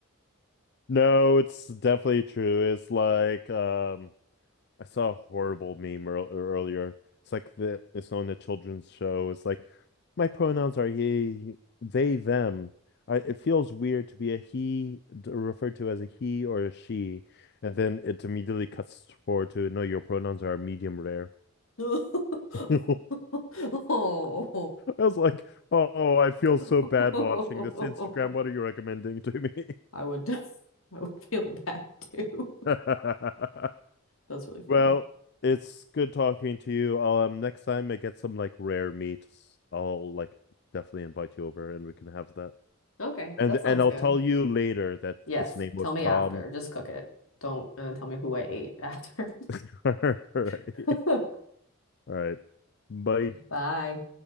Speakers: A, on the left; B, on the left.
A: No, it's definitely true. It's like um I saw a horrible meme earl- earlier. It's like the it's on a children's show. It's like my pronouns are he, they, them. I, it feels weird to be a he d- referred to as a he or a she, and then it immediately cuts forward to no, your pronouns are medium rare.
B: <laughs>
A: <laughs> I
B: Oh.
A: was like, oh, I feel
B: <laughs>
A: so bad watching this. Instagram, what are you recommending to me?
B: I would I would feel bad too.
A: <laughs>
B: That's really funny.
A: Well, it's good talking to you. Um, next time I get some like rare meats, I'll like definitely invite you over and we can have that.
B: Okay,
A: And
B: that sounds
A: and I'll
B: good.
A: tell you later that
B: Yes,
A: its name was
B: tell me
A: Tom.
B: after. Just cook it. Don't and tell me who I ate after.
A: <laughs> All right.
B: <laughs>
A: All right. Bye.
B: Bye.